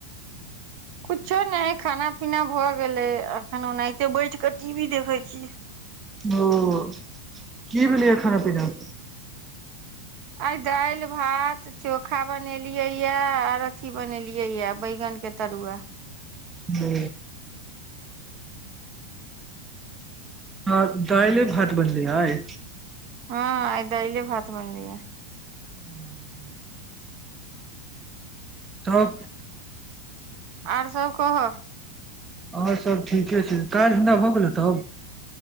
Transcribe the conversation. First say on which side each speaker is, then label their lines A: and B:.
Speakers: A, on the right; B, on the right.
A: कुछो नहि खाना पीना भऽ गेले अखन ओनाहिते बैठ कऽ टी वी देखै छियै
B: ओ की भेलै यऽ खाना पीना
A: आइ दालि भात चोखा बनेलियै यऽ आर अथी बनेलियै यऽ बैंगन केँ तरुआ
B: ओ हँ दाइले भात बनलैय आइ
A: हँ हँ आय दइले भात बनलै य
B: <inaudible> तब
A: आर सब कहऽ
B: आओर सब ठीके छै काज धन्धा भऽ गेलै तब